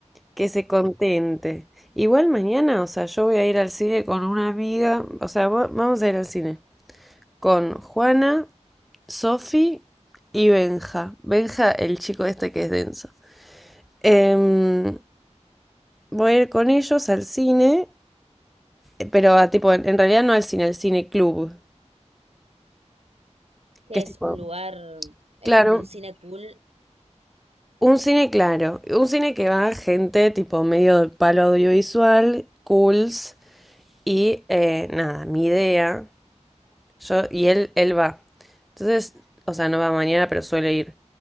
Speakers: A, in the centre; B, on the right (about 55°).
A: que se contente. Igual mañana, o sea, yo voy a ir al cine con una amiga, o sea, va- vamos a ir al cine con Juana, Sofi y Benja. Benja, el chico este que es denso. Em, Voy a ir con ellos al cine, eh, pero a tipo, en en realidad no al cine, al cine club,
B: Que
A: que es
B: es
A: tipo,
B: un lugar, es
A: claro,
B: como un cine cool.
A: un cine claro, un cine que va gente tipo medio del palo audiovisual, cools, y eh, nada, mi idea, yo, y él, él va. Entonces, o sea, no va mañana, pero suele ir.